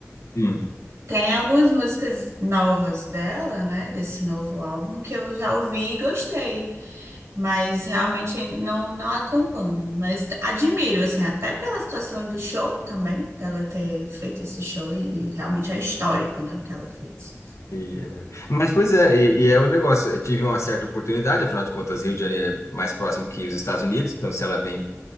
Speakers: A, on the left; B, on the right.
A: hum.
B: Tem algumas músicas novas dela, né? Desse novo álbum que eu já ouvi e gostei, mas realmente não, não acompanho. Mas t- admiro, assim, até pela situação do show também, dela ter feito esse show e, e realmente é histórico, né? O que ela fez.
A: E, é. Mas, pois é, e, e é o negócio. Eu tive uma certa oportunidade, afinal de contas, Rio de Janeiro é mais próximo que os Estados Unidos, então se ela vem